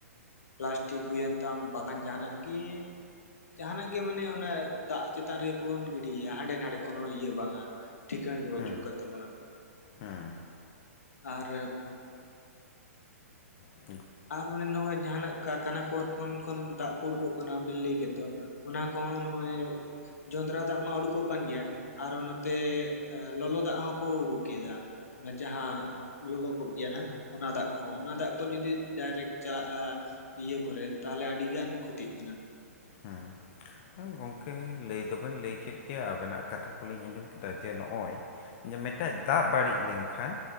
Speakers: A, on the left (about 70°); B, on the left (about 40°).
A: ᱯᱞᱟᱥᱴᱤᱠ ᱦᱩᱭᱮᱱ ᱛᱟᱢ ᱵᱟᱠᱷᱟᱱ ᱡᱟᱦᱟᱸᱱᱟᱜ ᱜᱤ ᱡᱟᱦᱟᱸᱱᱟᱜ ᱜᱮ ᱢᱟᱱᱮ ᱚᱱᱟ ᱫᱟᱜ ᱪᱮᱛᱟᱱ ᱨᱮᱜᱮ ᱠᱚᱵᱚᱱ ᱜᱤᱰᱤᱭᱮᱭᱟ ᱦᱟᱸᱰᱮ ᱱᱟᱰᱮ ᱠᱳᱱᱳ ᱤᱭᱟᱹ ᱵᱟᱝᱼᱟ᱾ ᱴᱷᱤᱠᱟᱹᱬ ᱜᱮ ᱵᱟᱹᱪᱩᱜ
B: ᱦᱮᱸ
A: ᱠᱟᱫ ᱛᱟᱵᱚᱱᱟ
B: ᱦᱮᱸ
A: ᱟᱨ
B: ᱦᱩᱸ
A: ᱟᱨ ᱢᱟᱱᱮ ᱱᱚᱜᱼᱚᱭ ᱡᱟᱦᱟᱸᱱᱟᱜ ᱠᱟᱨᱠᱷᱟᱱᱟ ᱠᱚᱨᱮ ᱠᱷᱚᱱ ᱠᱷᱚᱱ ᱫᱟᱜ ᱠᱚ ᱩᱰᱩᱠᱚᱜ ᱠᱟᱱᱟ ᱵᱤᱱ ᱞᱟᱹᱭ ᱠᱮᱫ ᱫᱚ ᱚᱱᱟ ᱠᱚᱦᱚᱸ ᱱᱚᱜᱼᱚᱭ ᱡᱚᱸᱫᱽᱨᱟ ᱫᱟᱜ ᱢᱟ ᱩᱰᱩᱠᱚᱜ ᱠᱟᱱ ᱜᱮᱭᱟ᱾ ᱟᱨᱚ ᱱᱚᱛᱮ ᱞᱚᱞᱚ ᱫᱟᱜ ᱦᱚᱸᱠᱚ ᱩᱰᱩᱠ ᱠᱮᱫᱟ ᱚᱱᱟ ᱡᱟᱦᱟᱸ ᱞᱚᱞᱚ ᱠᱚᱜ ᱜᱮᱭᱟ ᱱᱟᱦᱟᱜ, ᱚᱱᱟ ᱫᱟᱜ ᱠᱚᱦᱚᱸ ᱾ ᱚᱱᱟ ᱫᱟᱜ ᱠᱚ ᱡᱩᱫᱤ ᱰᱟᱭᱨᱮᱠᱴ ᱪᱟᱞᱟᱜ-ᱟ ᱤᱭᱟᱹ ᱠᱚᱨᱮ, ᱛᱟᱦᱚᱞᱮ ᱟᱹᱰᱤ ᱜᱟᱱ ᱠᱷᱚᱛᱤᱜ ᱠᱟᱱᱟ ᱾
B: ᱦᱩᱸ, ᱜᱚᱝᱠᱮ ᱜᱚᱢᱠᱮ ᱞᱟᱹᱭ ᱫᱚᱵᱮᱱ ᱞᱟᱹᱭ ᱠᱮᱫ ᱜᱮᱭᱟ᱾ ᱟᱵᱮᱱᱟᱜ ᱠᱟᱛᱷᱟ ᱠᱚᱞᱤᱧ ᱟᱸᱡᱚᱢ ᱠᱮᱫᱟ ᱡᱮ, ᱱᱚᱜ-ᱚᱭ ᱡᱮ ᱢᱤᱫᱴᱮᱡ ᱫᱟᱜ ᱵᱟᱲᱤᱡ ᱞᱮᱱᱠᱷᱟᱱ